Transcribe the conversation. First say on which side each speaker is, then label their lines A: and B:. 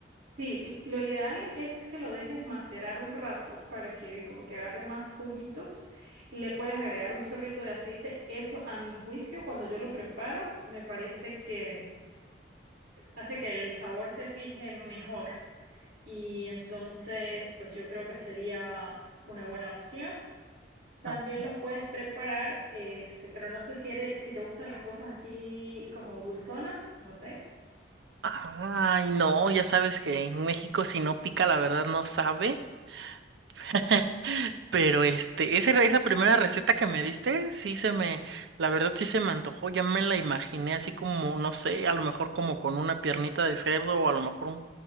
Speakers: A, on the right; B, on the right.
A: Sí, l- lo ideal es que lo dejes macerar un rato para que como que agarre más juguitos. Le puedes agregar un chorrito de aceite. Eso a mi juicio, cuando yo lo preparo, me parece que hace que el sabor se fije mejor. Y entonces, pues yo creo que sería una buena opción. También
B: Ah.
A: los puedes preparar, este, pero no sé si eres- si te gustan las cosas así como dulzonas, no sé.
B: Ay, no, ya sabes que en México si no pica, la verdad no sabe. <laughs> Pero este, esa, esa primera receta que me diste, sí se me, la verdad sí se me antojó, ya me la imaginé así como, no sé, a lo mejor como con una piernita de cerdo o a lo mejor un,